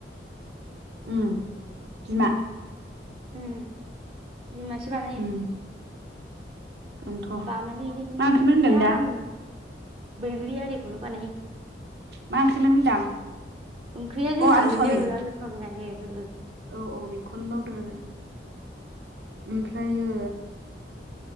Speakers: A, on the right; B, on the right.
A: उम बिमा
B: उम बिमायासो बानायो
A: उम बेनोथ'
B: बानायनाया
A: मा ओंख्रिमोन होनदों दा
B: आं बैग्रि आरो बेखौल' बानाय
A: मा ओंख्रिमोन होनदां
B: ओंख्रिया
A: अ
B: जोंहा
A: आलु
B: बेनो
A: सवाबिन
B: आलु साबायानो
A: औ औ बेखौनो बावदो ओमफ्रायो